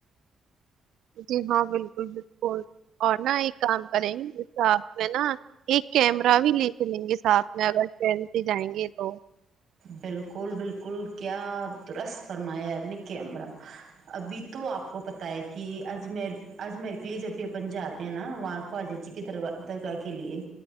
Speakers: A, on the right; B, on the right.
A: جی ہاں بالکل بالکل اور نہا ایک کام کریں گے آ میں نا ایک کیمرہ بھی لے کے لیں گے ساتھ میں اگر چلتے جائیں گے تو
B: بالکل بالکل کیا درست فرمایا نےکمرا ابھی تو آپ کو پت ہے کہ آج آج میرے کے لیے جب بھی اپن جات نا واں خواجہ ک در درا کے لی ہے